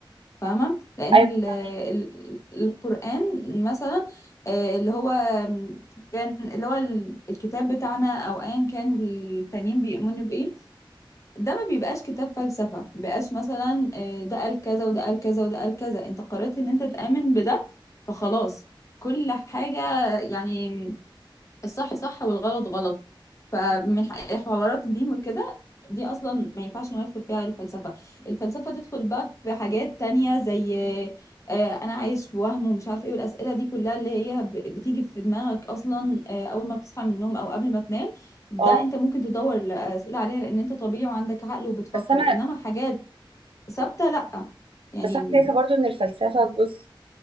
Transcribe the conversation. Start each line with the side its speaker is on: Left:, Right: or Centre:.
Left: فاهمة لأن
Right: ايوه
Left: ال ال
Right: فاهمك.
Left: القرآن مثلا آه، اللي هو كان اللي هو ال- الكتاب بتاعنا أو أيا كان التانيين بيؤمنوا بإيه ده ما بيبقاش كتاب فلسفة مبيبقاش مثلا آه، ده قال كذا وده قال كذا وده قال كذا أنت قررت إن أنت تآمن بده فخلاص كل حاجة يعني الصح صح والغلط غلط فمن ح- حوارات الدين وكده دي اصلا ما ينفعش ان هو يدخل فيها الفلسفه الفلسفه تدخل بقى في حاجات تانية زي آه، انا عايش في وهم ومش عارف ايه والاسئله دي كلها اللي هي ب- بتيجي في دماغك اصلا آه، اول ما بتصحى من النوم او قبل ما تنام ده
Right: اه
Left: انت ممكن تدور الاسئله عليها لان انت طبيعي وعندك عقل وبتفكر
Right: بس انا
Left: انما حاجات ثابته لا يعني
Right: بس انا شايفه برضو ان الفلسفه جزء